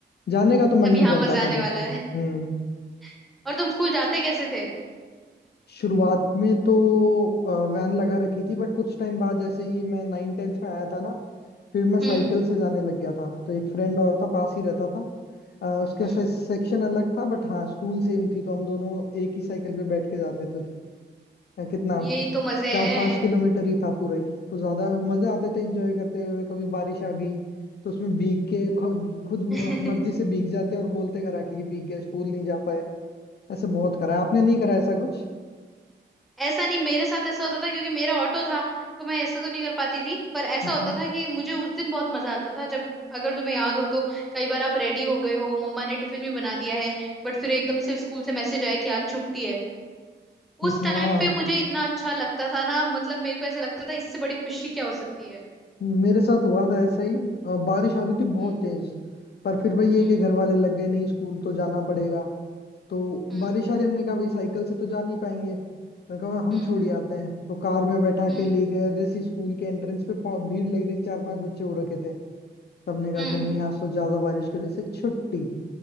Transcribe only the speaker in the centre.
अब
यहाँ
मजा आने
वाला
है <laughs> और तुम स्कूल जाते कैसे थे
हम्म
हम्म
यही तो मजे
हैं
<laughs>
ऐसा नहीं मेरे साथ ऐसा होता था क्योंकि मेरा ऑटो था तो मैं ऐसा तो नहीं कर पाती थी पर ऐसा
होता
था कि मुझे उस दिन बहुत मजा आता था जब अगर तुम्हें याद हो तो कई बार आप रेडी हो गए हो मम्मा ने टिफिन भी बना दिया है बट फिर एकदम से स्कूल से मैसेज आया कि आज छुट्टी है
उस टाइम
पे मुझे इतना अच्छा लगता था ना मतलब मेरे को ऐसा लगता था इससे बड़ी खुशी क्या हो सकती है
हम्म
हम्म
हम्म
हम्म
हम्म
हम्म